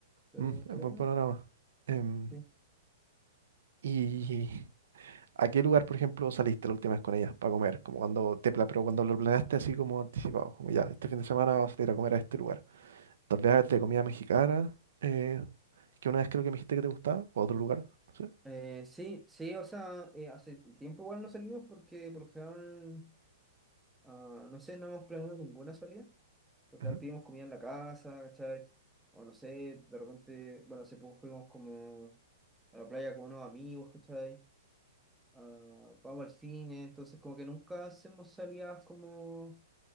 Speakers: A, in the centre; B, on the right (about 70°).
A: pero
B: Mm,
A: estaría
B: es buen
A: bueno.
B: panorama. Em,
A: Sí.
B: y ¿A qué lugar, por ejemplo, saliste la última vez con ellas para comer? Como cuando te pla- pero cuando lo planeaste así como anticipado, como ya, este fin de semana vas a ir a comer a este lugar. Tal vez de comida mexicana, eh, que una vez creo que me dijiste que te gustaba, o a otro lugar, no sé.
A: Eh, sí, sí, o sea, eh, hace tiempo igual no salimos porque por lo general, ah, no sé, no hemos planeado ninguna salida. Total,
B: Ujú.
A: pedimos comida en la casa, ¿cachai? O no sé, de repente, bueno, hace poco fuimos como a la playa con unos amigos, ¿cachai? Ah, vamos al cine, entonces como que nunca hacemos salidas como...